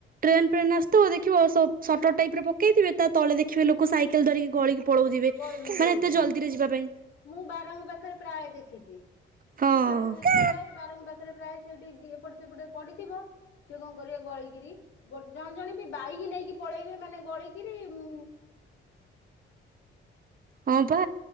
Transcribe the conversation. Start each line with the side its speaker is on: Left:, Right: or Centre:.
Right: ଟ୍ରେନ୍ ଫ୍ରେନ୍ ଆସୁଥିବ ଦେଖିବ ସ-ସଟର୍ ଟାଇପ୍ ରେ ପକେଇଥିବେ ତା ତଳେ ଦେଖିବେ ଲୋକ ସାଇକେଲ ଧରିକି ଗଳିକି ପଳଉଥିବେ।
Left: ଗଳିକି ପଳଉଛନ୍ତି
Right: ମାନେ ଏତେ ଜଲଦିରେ ଯିବା ପାଇଁ।
Left: ମୁଁ ବାରଙ୍ଗ ପାଖରେ ପ୍ରାୟ ଦେଖିଚି,
Right: ହଁ
Left: ବାରଙ୍ଗ ଯେତେବେଳେ ଯାଏ ସେ ବାରଙ୍ଗ ପାଖରେ ପ୍ରାୟ ସେଟି ଦି ଏପଟ ସେପଟେ ପଡ଼ିଥିବ ସିଏ କଣ କରିବେ ଗଳିକିରି, ଗୋ ଜଣେ ଜଣେ ବି ବାଇକି ନେଇକି ପଳେଇବେ ମାନେ ଗଳିକିରି ଉଁ,
Right: ହଁ ପା